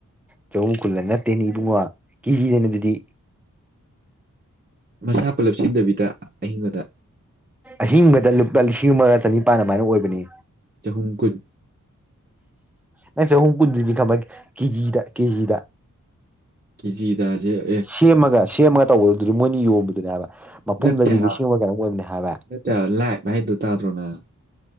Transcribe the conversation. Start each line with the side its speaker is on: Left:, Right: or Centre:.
Centre: ꯆ ꯀꯨꯜꯂ ꯅꯠꯇꯦꯅꯤ ꯏꯕꯨꯡꯉ ꯀꯤꯈꯤꯗꯅ ꯑꯗꯨꯗꯤ
Right: ꯃꯁꯥ ꯄꯨꯜꯂꯞ ꯁꯤꯟꯗꯕꯤꯗ ꯑꯍꯤꯡꯕꯗ
Centre: ꯑꯍꯤꯡꯕꯗ ꯂꯨꯄꯥ ꯂꯤꯁꯤꯡ ꯑꯃꯒ ꯆꯅꯤꯄꯥꯥꯟ ꯑꯗꯨꯃꯥꯏꯅ ꯑꯣꯏꯕꯅꯤ
Right: ꯆꯍꯨꯝ ꯀꯨꯟ
Centre: ꯅꯆꯥ ꯍꯨ ꯀꯨꯟ ꯈꯃꯥꯏ ꯀꯦꯖꯤꯗ ꯀꯦꯖꯤꯗ
Right: ꯀꯦꯖꯤꯗꯁꯦ ꯑꯦ
Centre: ꯁꯦꯝꯃꯒ ꯁꯦꯝꯃꯒ ꯇꯧꯕꯗꯨꯗꯨꯗꯤ ꯃꯣꯏꯅ ꯌꯣꯟꯕꯗꯨꯅꯦ ꯍꯥꯏꯕ ꯃꯄꯨꯝꯗꯗꯤ
Right: ꯅꯠꯇꯦ ꯍꯥꯏꯕ
Centre: ꯂꯤꯁꯤꯡ ꯑꯃ ꯀꯌꯥꯅꯤ ꯍꯥꯏꯕꯦ
Right: ꯅꯠꯇꯦ ꯍꯥꯏꯕ ꯂꯥꯏꯚ ꯍꯥꯏꯗꯣ ꯇꯥꯗ꯭ꯔꯣ ꯅꯪ